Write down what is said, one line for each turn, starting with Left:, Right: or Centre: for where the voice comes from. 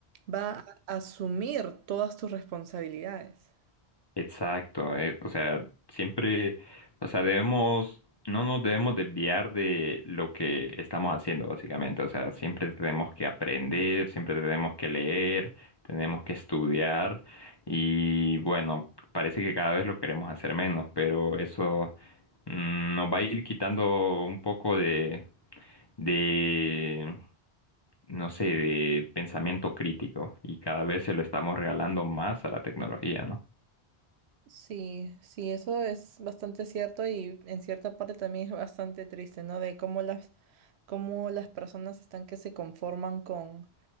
Right: va a asumir todas tus responsabilidades.
Left: Exacto, eh, o sea, siempre, o sea, debemos, no nos debemos desviar de lo que estamos haciendo, básicamente, o sea, siempre tenemos que aprender, siempre tenemos que leer, tenemos que estudiar y bueno, parece que cada vez lo queremos hacer menos, pero eso mm, nos va a ir quitando un poco de, de, no sé, de pensamiento crítico y cada vez se lo estamos regalando más a la tecnología,
Right: Sí, sí, eso es bastante cierto y en cierta parte también es bastante triste, ¿no? De cómo las, cómo las personas están que se conforman con,